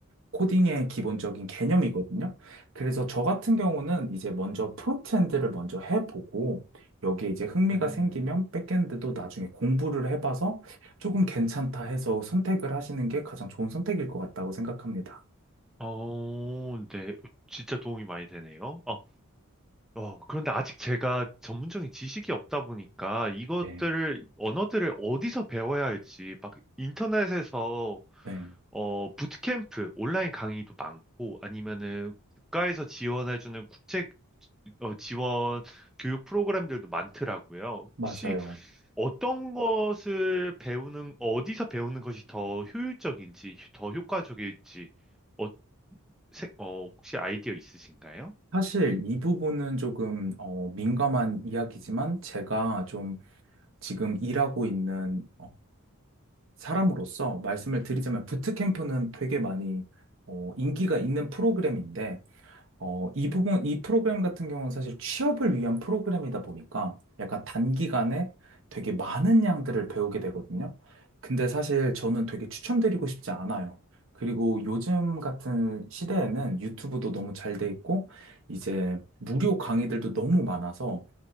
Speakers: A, on the right; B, in the centre.
A: 코딩의 기본적인 개념이거든요. 그래서 저 같은 경우는 이제 먼저 프론트엔드를 먼저 해보고 여기에 이제 흥미가
B: 음,
A: 생기면 백엔드도 나중에 공부를 해봐서 조금 괜찮다 해서 선택을 하시는 게 가장 좋은 선택일 것 같다고 생각합니다.
B: 어, 네. 진짜 도움이 많이 되네요. 어, 그런데 아직 제가 전문적인 지식이 없다 보니까 이것들을,
A: 네,
B: 언어들을 어디서 배워야 할지, 막 인터넷에서,
A: 네,
B: 어, 부트캠프, 온라인 강의도 많고, 아니면은 국가에서 지원해주는 국제, 어, 지원 교육 프로그램들도 많더라고요.
A: 맞아요.
B: 혹시 어떤 것을 배우는, 어디서 배우는 것이 더 효율적인지, 더 효과적일지, 어, 생- 어, 혹시 아이디어 있으신가요?
A: 사실 이 부분은 조금 어, 민감한 이야기지만 제가 좀 지금 일하고 있는 사람으로서 말씀을 드리자면 부트캠프는 되게 많이 어, 인기가 있는 프로그램인데 어, 이 부분 이 프로그램 같은 경우는 사실 취업을 위한 프로그램이다 보니까 약간 단기간에 되게 많은 양들을 배우게 되거든요. 근데 사실 저는 되게 추천드리고 싶지 않아요. 그리고 요즘 같은 시대에는 유튜브도 너무 잘 돼 있고 이제 무료 강의들도 너무 많아서